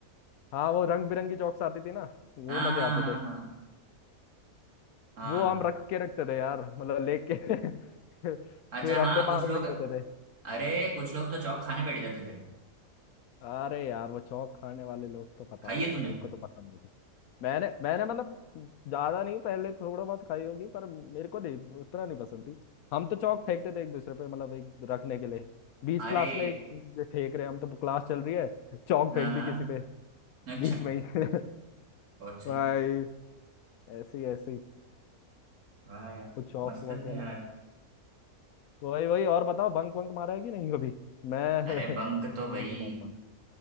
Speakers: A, on the left; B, on the right.
A: हाँ वो रंग बिरंगी चौक्स आती थी ना वो
B: हाँ
A: मजे
B: हाँ
A: आते
B: हाँ
A: थे
B: हाँ हाँ
A: वो हम रख के रखते थे यार मतलब लेके <laughs>
B: अच्छा
A: फिर
B: हाँ
A: अपने
B: कुछ
A: पास
B: लोग
A: रख देते थे
B: अरे कुछ लोग तो चौक खाने बैठ जाते थे
A: अरे यार वो चौक खाने वाले लोग तो पता
B: खाइए
A: नहीं
B: तूने
A: मेरे को तो पसंद नहीं थी मैंने मैंने मतलब ज्यादा नहीं पहले थोड़ा बहुत खाई होगी पर मेरे को नहीं उतना नहीं पसंद थी हम तो चौक फेंकते थे एक दूसरे पे मतलब एक रखने के लिए बीच
B: अरे
A: क्लास में एक फेंक रहे हैं हम तो क्लास चल रही है चौक
B: हाँ
A: फेंक
B: हाँ
A: दी किसी पे
B: अच्छा
A: बीच में ही <laughs>
B: बहुत सही
A: भाई ऐसे ही ऐसे ही
B: वाह यार
A: वो चौक
B: मस्त
A: वॉक
B: थे
A: वाला
B: यार
A: मस्त वही वही और बताओ बंक वंक मारा है कि नहीं कभी मैं <laughs>
B: अरे बंक तो भाई
A: मैंने तो बहुत मारा